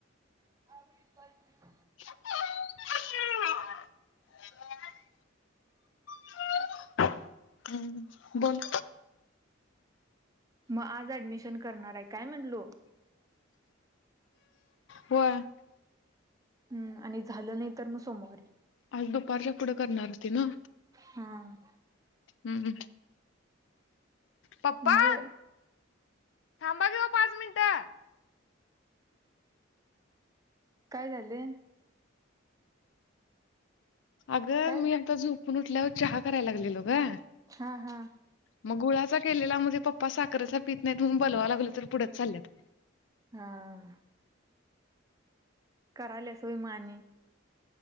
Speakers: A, on the right; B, on the left.
A: <unintelligible>
B: <unintelligible> <unintelligible> हम्म बोल.
A: म आज ऍडमिशन करणार आहे काय म्हणलो?
B: होय.
A: हम्म आणि झालं नाही तर म सोमवारी.
B: आज दुपारच्या पुढं करणार होती ना.
A: हां.
B: हम्म पप्पा.
A: म्हणजे
B: थांबा ग पाच मिनिटं.
A: काय झालं?
B: अगं
A: काय
B: मी आता झुप उठल्यावर चहा करायला लागलेलो ग.
A: हा हा.
B: मग गुळाचा केलेला, म्हणजे पप्पा साखरेचा पीत नाहीत, म्हनुन बोलवाला गेलो तर पुढच चालल्यात.
A: हा. कराल्यास व्हय म आणि